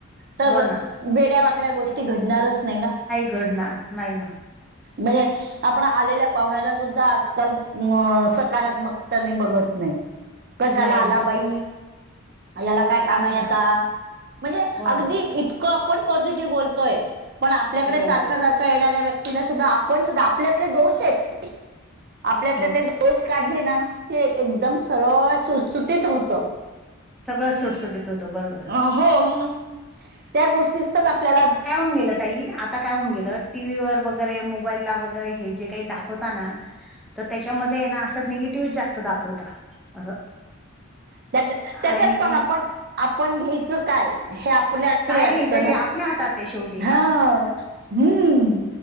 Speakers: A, on the right; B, in the centre.
A: तर
B: हो ना.
A: वेड्या वाकड्या गोष ष्टी घडणारच नाही ना,
B: घडणार. नाही ना.
A: म यां आपण आलेल्या पाहुण्याला सुद्धा आजकाल अ सकारात्मकताने बघत नाही. कशाला
B: नाही
A: आला
B: ना.
A: बाई याला काय काम
B: हो
A: ये
B: ना.
A: आता, म्हणजे
B: हो ना.
A: अगदी इतकं आपण पॉझिटिव्ह बोलतोय. पण आपल्याकडे
B: हो,
A: सारखा, सारखा येणाऱ्या व्यक्तीला सुद्धा आपण सुद्धा आपल्यातले दोष आहेत ते. आपल्यातले
B: हो
A: ते दोष काढले ना, ते एकदम सरळ सुटसुटीत होतं.
B: सगळं सुटसुटीत होतं बरोबर.
A: हो मंग त्या गोष्टी तर आपल्याला
B: हं गेलं ताई आप आता काय होऊन गेलं टीव्ही वर वगैरे, मोबाईल ला वगैरे, हे जे काही दाखवताना. त त्याच्यामध्ये ना असं निगेटिव्हच जास्त दाखवता. असं
A: त्याच्या-त्याच्यात
B: आणि
A: पण आपण आपण घ्यायचं काय? हे आपल्या आपले
B: काय
A: असत
B: घ्यायचं
A: ना
B: हे आपल्या हातात आहे शेवटी
A: हा हूं.